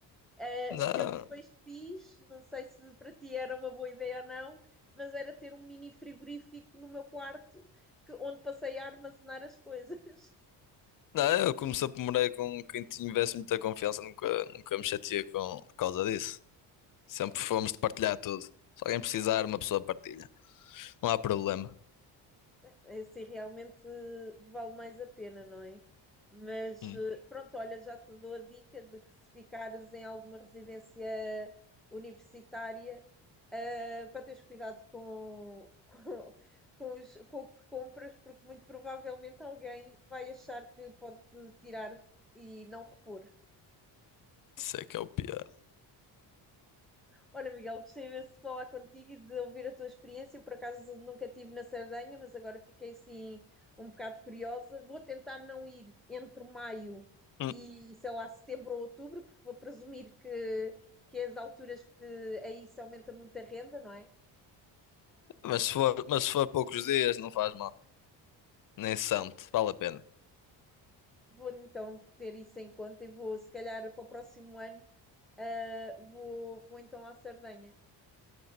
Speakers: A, in the centre; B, on the left (about 45°).
A: Eh,
B: Não,
A: o que eu depois fiz, não sei se para ti era uma boa ideia ou não, mas era ter um mini frigorífico no meu quarto que, onde passei a armazenar as coisas.
B: não, eu como sempre morei com quem tivesse muita confiança, nunca, nunca me chateei com, por causa disso. Sempre fomos de partilhar tudo. Se alguém precisar, uma pessoa partilha. Não há problema.
A: É, é Assim realmente vale mais a pena, não é? Mas
B: Hum,
A: eh, pronto, olha, já te dou a dica de que se ficares em alguma residência universitária, eh, para teres cuidado com, <laughs> com, com os- com o que compras, porque muito provavelmente alguém vai achar que pode tirar e não repor.
B: Isso é que é o pior.
A: Olha, Miguel, gostei imenso de falar contigo e de ouvir a tua experiência. Eu, por acaso, nunca estive na Sardenha, mas agora fiquei assim um bocado curiosa. Vou tentar não ir entre maio
B: Hum,
A: e, sei lá, setembro ou outubro, porque vou presumir que, que é as alturas que aí se aumenta muito a renda, não é?
B: Mas se for, mas se for poucos dias, não faz mal. Nem se sente. Vale a pena.
A: Vou então ter isso em conta e vou, se calhar, para o próximo ano, ah, vou, vou então à Sardenha.